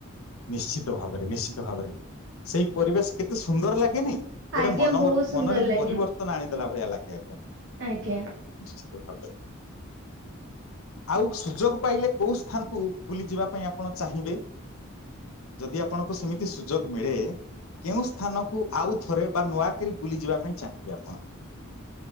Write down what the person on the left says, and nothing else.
ନିଶ୍ଚିତ ଭାବରେ ନିଶ୍ଚିତ ଭାବରେ ସେଇ ପରିବେଶ କେତେ ସୁନ୍ଦର ଲାଗେନାଇଁ? ଗୋଟେ
ମନ
ମନରେ
ପରିବର୍ତ୍ତନ ଆଣିଦେଲା ଭଳିଆ ଲଗେ ଆଜ୍ଞା। ନିଶ୍ଚିତ
ଭାବରେ। ଆଉ ସୁଯୋଗ ପାଇଲେ କୋଉ ସ୍ଥାନକୁ ବୁଲି ଯିବା ପାଇଁ ଆପଣ ଚାହିଁବେ। ଯଦି ଆପଣଙ୍କୁ ସେମିତି ସୁଯୋଗ ମିଳେ କେଉଁ ସ୍ଥାନକୁ ଆଉ ଥରେ ବା ନୂଆକରି ବୁଲିଯିବା ପାଇଁ ଚାହିଁବେ ଆପଣ?